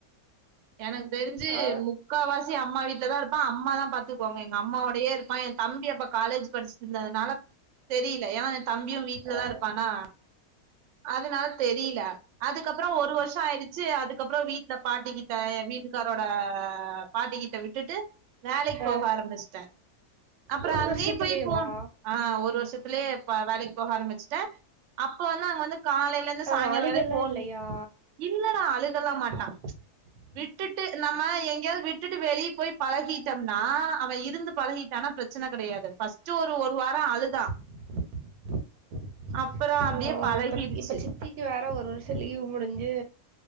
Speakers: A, on the right; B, on the right.
A: எனக்கு தெரிஞ்சு
B: ஆ
A: முக்கா வாசி அம்மா வீட் ட்லதா இருப்பா அம்மாதா பாத்துக்வாங்க எங்க அம்மாவோடையே இருப்பா எ தம்பி அப்ப காலேஜ் படிச்சுட்ருந்ததுனால தெரியல ஏனா எ தம்பியு வீட்லதா
B: ஆ
A: இருப்பானா அதுனால தெரிய்ல அதுக்கப்ற ஒரு வர்ஷ ஆயிருச்சு அதுக்கப்பற வீட்ல பாட்டி கிட்ட எ வீட்டுக்காரோட பாட்டிக்கிட்ட விட்டுட்டு வேலைக்கு
B: ஆ
A: போக ஆரம்மிச்சிட்டே அப்பற
B: ஒரு
A: அங்கயு
B: வருஷத்துலயேவா
A: போய் ஃபோன் ஆ ஒரு வர்ஷத்துலே அப்ப வேலைக்கு போக ஆரம்மிச்சுட்டே அப்ப வந்து அங்க வந்து காலைல இருந்து
B: ஆமா
A: சாய்ங்கால
B: அழுகல்லா
A: வரை ஃபோன்
B: இல்லையா
A: யூஸ் இல்லடா அழுகலா மாட்டா
B: <inaudible>
A: விட்டுட்டு நம்ம எங்கேயாவ்து விட்டுட்டு வெளியே போய் பழகிட்டம்னா அவ இருந்து பழகிட் டானா பிரச்சன கெடையாது ஃபஸ்ட்டு ஒரு ஒரு வார அழுதா
B: <inaudible>
A: அப்புறோ அப்டியே
B: ஐயோ
A: பழகிடுச்சு
B: இப்ப இப்ப சித்திக்கு வேற ஒரு வர்ஷ லீவு முடிஞ்சு